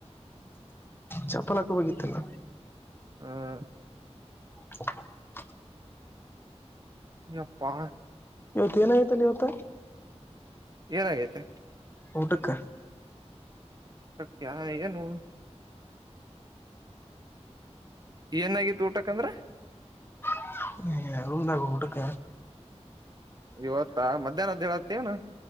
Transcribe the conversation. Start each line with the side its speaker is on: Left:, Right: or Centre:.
Left: ಚಪ್ಪಲ ಹಾಕಬೇಕತ್ತಲ್ಲ
Right: ಹ
Left: ಹ
Right: ಅಪ್ಪಾ
Left: ಇವತ್ತು ಏನ ಐ್ತಲ್ಲ ಇವತ
Right: ಏನಾಗೈತೆ
Left: ಊಡುಕ್ಕ
Right: ಹ ಶಕ್ಯ ಏನು ಏನಾಗಿತ್ತು ಊಟಕಂದ್ರ
Left: ಹ ನಂದಾ ಕೂಟಕ್ಕ
Right: ಇವತ್ತಾ ಮಧ್ಯಾಹ್ನಧ್ಯೇವತವನು